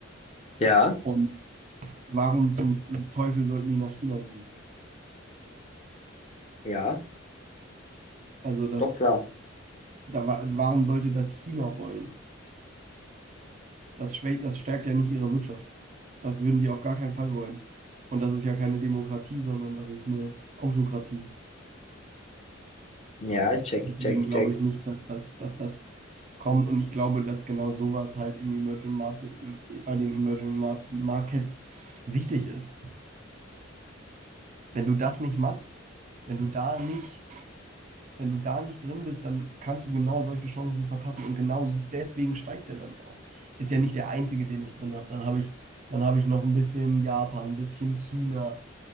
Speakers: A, on the left; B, on the right.
A: ja,
B: Und warum zum Teufel sollten die nach China gehen?
A: ja,
B: Also das,
A: doch klar.
B: da, wa- warum sollte das China wollen? Das schwächt, das stärkt ja nicht ihre Wirtschaft. Das würden die auf gar keinen Fall wollen. Und das ist ja keine Demokratie, sondern das ist eine Autokratie.
A: Ja, ich check,
B: Deswegen
A: ich check, ich
B: glaube
A: check.
B: ich nicht, dass das, dass das kommt. Und ich glaube, dass genau sowas halt im Emerging Market, bei den Emerging Mar- Markets wichtig ist Wenn du das nicht machst, wenn du da nicht, wenn du da nicht drin bist, dann kannst du genau solche Chancen verpassen und genau deswegen steigt der dann ja auch. Ist ja nicht der einzige, den ich drin habe. Dann habe ich, dann habe ich noch ein bisschen Japan, ein bisschen China.